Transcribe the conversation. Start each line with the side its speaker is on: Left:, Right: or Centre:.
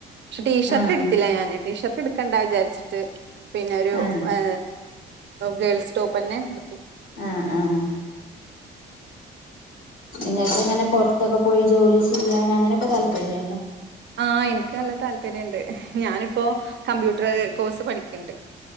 Right: പക്ഷെ, ടീഷർട്ട്
Left: ആഹ്
Right: എടുത്തില്ല ഞാന്. ടീഷർട്ട് എടുക്കണ്ട വിചാരിച്ചിട്ട് പിന്നെ, ഒരു
Left: ആഹ്
Right: ഏ ഗേൾസ് ടോപ്പെന്നെ എടുത്തു.
Left: ആഹ് ആഹ് നിങ്ങൾ ക്കിങ്ങനെ പൊറത്തൊക്കെ പോയി ജോലി ചെയ്യാൻ അങ്ങനെ യൊക്കെ താല്പര്യണ്ട.
Right: ആഹ്, എനിക്ക് നല്ല താല്പര്യണ്ട്. ഞാനിപ്പോ കമ്പ്യൂട്ടർ കോഴ്സ് പഠിക്ക്ണ്ട്.